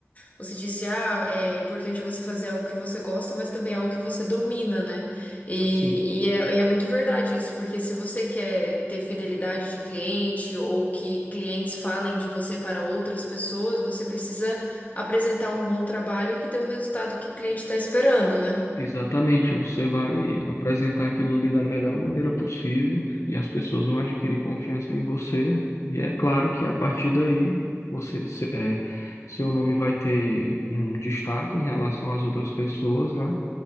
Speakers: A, on the left; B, on the left.
A: você disse, ah, é importante você fazer algo que você gosta, mas também é algo que você domina, né? E,
B: Sim.
A: e, é, e é muito verdade isso, porque se você quer ter fidelidade de cliente ou que clientes falem de você para outras pessoas, você precisa apresentar um bom trabalho que dê o resultado que o cliente está esperando, né?
B: Exatamente, você vai apresentar aquilo ali da melhor maneira possível e as pessoas vão adquirir confiança em você. E é claro que a partir daí você, se- é, seu nome vai ter um destaque em relação às outras pessoas, né?